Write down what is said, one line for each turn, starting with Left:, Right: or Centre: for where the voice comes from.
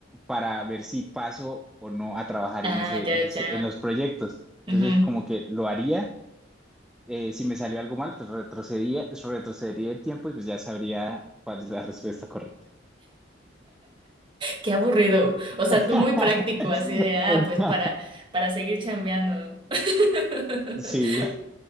Centre: para ver si paso o no a trabajar
Right: Ah,
Centre: en ese,
Right: ya,
Centre: en ese-
Right: ya.
Centre: en los proyectos.
Right: Ujú.
Centre: Entonces, como que lo haría, eh, si me salió algo mal, pues retrocedía, retrocedería el tiempo y pues ya sabría cuál es la respuesta correcta.
Right: Qué aburrido. O sea,
Centre: <laughs>
Right: tú muy práctico, así de, ah, pues para, para seguir chambeando. <laughs>
Centre: Sí,